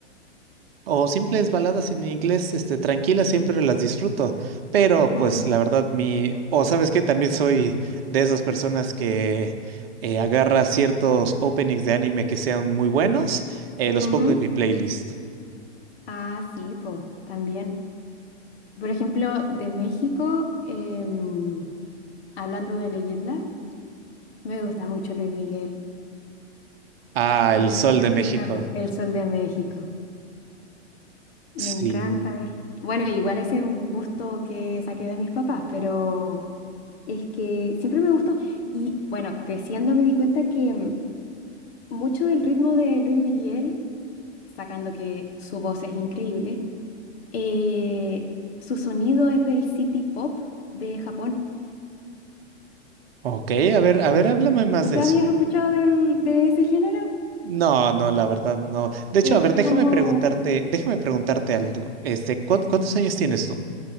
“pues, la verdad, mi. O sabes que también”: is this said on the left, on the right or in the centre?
Right